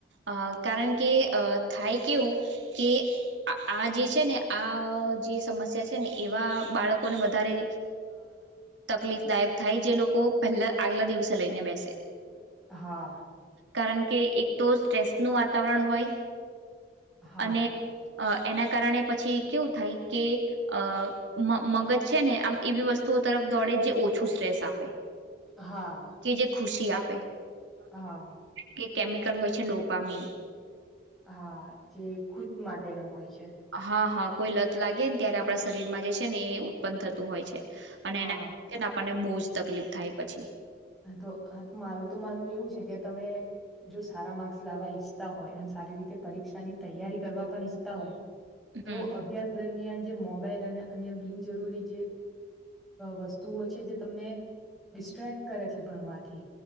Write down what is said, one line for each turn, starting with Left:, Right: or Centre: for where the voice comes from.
Right: અ કારણ કે અ થાય કેવું કે આ જે છે ને આ જે સમસ્યા છે ને એવા બાળકોને વધારે તકલીફ દાયક થાય જે લોકો પહેલા આગલા દિવસે લઈને બેસે.
Centre: હા.
Right: કારણ કે એક તો સ્ટ્રેસ નું વાતાવરણ હોય.
Centre: હા.
Right: અને અ એના કારણે પછી કેવું થાય કે, અ મગજ છે ને આમ એવી વસ્તુઓ તરફ દોડે જે ઓછું સ્ટ્રેસ આપે,
Centre: હા,
Right: કે જે ખુશી આપે
Centre: હા.
Right: કે કેમિકલ હોય છે ડોપ મીન
Centre: હા જે ખુશી માટે ન હોય છે.
Right: હા હા કોઈ લત લાગે ને ત્યારે આપણા શરીરમાં જે છે ને એ ઉત્પન્ન થતું હોય છે. અને
Centre: હા,
Right: એના આપણને બહુ જ તકલીફ થાય પછી.
Centre: હા તો આ મારું તો માનવું એવું છે કે તમે જો સારા માર્ક્સ લાવવા ઈચ્છતા હોય અને સારી રીતે પરીક્ષાની તૈયારી કરવા પણ ઈચ્છતા હોય.
Right: હમ
Centre: તો અભ્યાસ દરમિયાન જે મોબાઈલ બિનજરૂરી વસ્તુઓ છે જે, તમને ડિસ્ટક કરે છે ભણવાથી,